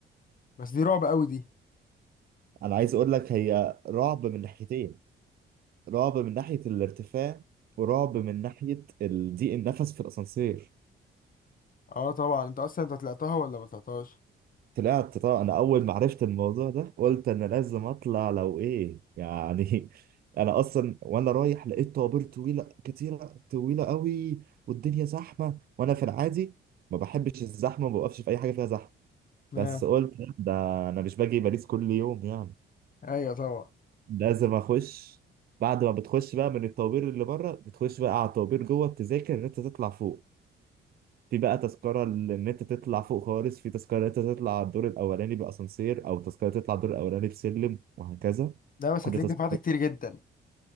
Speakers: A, on the left; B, on the right.
A: بس دي رعب قوي دي
B: أنا عايز أقول لك هي رعب من ناحيتين رعب من ناحية الارتفاع ورعب من ناحية ال- ضيق النفس في الأسانسير
A: اه طبعا انت اصلا انت طلعتها ولا ما طلعتهاش
B: طلعت طبعا أنا أول ما عرفت الموضوع ده قلت أنا لازم أطلع لو إيه يعني <laughs> أنا أصلا وأنا رايح لقيت طوابير طويلة كتيرة طويلة قوي والدنيا زحمة وأنا في العادي ما بحبش الزحمة ما بوقفش في أي حاجة فيها زحمة
A: اه
B: بس قلت لأ، ده انا مش باجي باريس كل يوم يعني
A: ايوه طبعا
B: لازم اخش بعد ما بتخش بقى من الطوابير اللي بره بتخش بقى على الطوابير جوه بتذاكر ان انت تطلع فوق في بقى تذكرة ل- ان انت تطلع فوق خالص في تذكرة ان انت تطلع على الدور الاولاني باسانسير او تذكرة تطلع الدور الاولاني بسلم وهكذا
A: لا بس
B: كل
A: هتلاقيك
B: تذكرة
A: دفعت كتير جدا